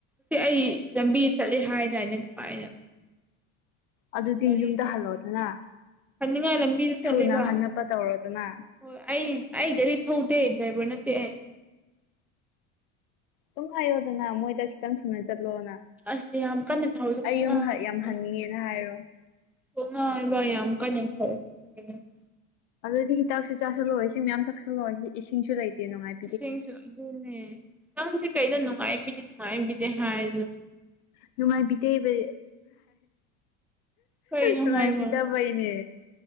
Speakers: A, in the centre; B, on the left.
A: ꯁꯤ ꯑꯩ ꯂꯝꯕꯤ ꯆꯠꯂꯦ ꯍꯥꯏꯗꯥꯏꯅꯦ ꯁꯨꯃꯥꯏꯅ
B: ꯑꯗꯨꯗꯤ
A: ꯒꯥꯔꯤꯖꯦ
B: ꯌꯨꯝꯗ ꯍꯜꯂꯣꯗꯅ
A: ꯐꯅꯤꯡꯉꯥꯏ ꯂꯝꯕꯤꯗ ꯆꯠꯂꯤꯕ
B: ꯊꯨꯅ ꯍꯟꯅꯕ ꯇꯧꯔꯣꯗꯅ
A: ꯍꯣꯏ ꯑꯩ ꯑꯩ ꯒꯥꯔꯤ ꯊꯧꯗꯦ ꯗ꯭ꯔꯥꯏꯚꯔ ꯅꯠꯇꯦ ꯑꯩ
B: ꯗꯨꯨꯝ ꯍꯥꯏꯌꯣꯗꯅ ꯃꯣꯏꯗ ꯈꯤꯇꯪ ꯊꯨꯅ ꯆꯠꯂꯣꯅ
A: ꯑꯁ ꯌꯥꯝ ꯀꯟꯅ ꯊꯧꯔꯁꯨ
B: ꯑꯩ
A: ꯀꯣꯛ
B: ꯌꯨꯝ
A: ꯉꯥꯎꯋꯦꯕ
B: ꯌꯥꯝ ꯍꯟꯅꯤꯡꯉꯦꯅ ꯍꯥꯏꯔꯣ
A: <unintelligible>
B: ꯑꯗꯨꯗꯤ ꯍꯤꯗꯥꯛꯁꯨ ꯆꯥꯁꯜꯂꯣ ꯏꯁꯤꯡ ꯃꯌꯥꯝ ꯊꯛꯆꯜꯂꯣ ꯏꯁꯤꯡꯁꯨ ꯂꯩꯇꯦ ꯅꯨꯡꯉꯥꯏ
A: ꯏꯁꯤꯡꯁꯨ ꯑꯗꯨꯅꯦ ꯅꯪꯁꯦ ꯀꯩꯅꯣ ꯅꯨꯡꯉꯥꯏꯕꯤꯗꯦ ꯅꯨꯡꯉꯥꯏꯕꯤꯗꯦ ꯍꯥꯏ ꯑꯗꯨꯝ
B: ꯅꯨꯡꯉꯥꯏꯕꯤꯗꯦꯕꯤ
A: ꯀꯩꯅꯣ
B: ꯅꯨꯡꯉꯥꯏꯕꯤꯗꯕ
A: ꯍꯥꯏꯕ
B: ꯍꯣꯏꯅꯦ